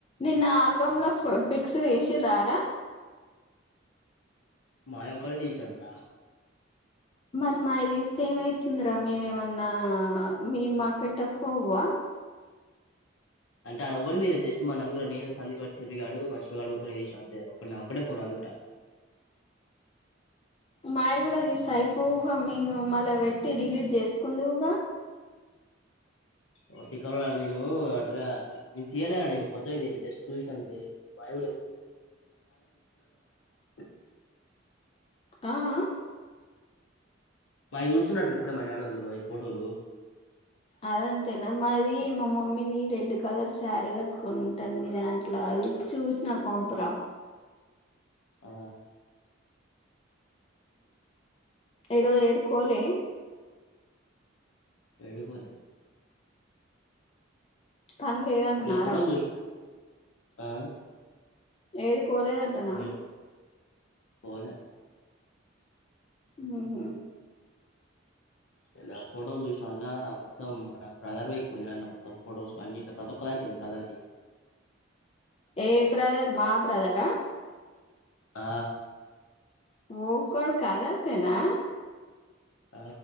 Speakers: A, on the left; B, on the left.
A: నిన్న ఆల్బమ్ ల ఫ ఫిక్స్ ఈసిర్రారా
B: మాయ్ ఒక్కరే తీశ్నం రా
A: మరి మాయి దీస్తే ఏమైతుందిరా మేమేమన్నా మీవ్ మాక్ పెట్టక్ పోవా
B: అంటే ఆ అవ్వరం దిగలే జస్ట్ మా నలుగురు నేను సంధీప్గా, చెర్రిగాడు, మా అశ్వగాడు, ప్రధీశ్, అంతే ఒక్క నా ఒక్కటే ఫోటో. పుట
A: మాయి కూడా తీస్తే అయిపోవుగా మేం మళ్ళ పెట్టి డిలీట్ చేస్కుందువుగా
B: ఓర్ తిక్కలోడ నేను ఏమో అటర్గా నిన్ తీయలేరా నేను మొత్తమే జస్ట్ చూసిన అంతే మాయి <unintelligible>
A: ఆ ఆ
B: మాయి చూస్తున్రట ట్రిప్పుడే మా డాడోళ్ళలు అయి ఫోటోలు
A: అదంతేనా మాది మా మమ్మీది రెడ్ కలర్ సారీ కట్టు కుంటద్ మీ దాంట్ల అది చూసి నాక్ పంప్ రా
B: ఆ
A: ఈ రోజు ఏడిక్కోలే
B: ఏడిక్ పోలే
A: పన్ లేదంటనార
B: నేను ఫోటోలు చూసి ఆ
A: ఏడిక్ కోలేదంటనా
B: ఏ పోలే
A: మ్ హ్
B: నిన్నా ఫొటోస్ చూసినం అన్నా మొత్తం మన బ్రదర్వే ఎక్కు ఉన్నయ్ అన్న మొత్తం ఫొటోస్ అన్నిట్ల ప్రతి ఒక్కదాన్ బ్రదర్ది.
A: ఏ బ్రదర్ మా బ్రదరా
B: ఆ
A: ఓ కొడక అదంతేనా
B: ఆ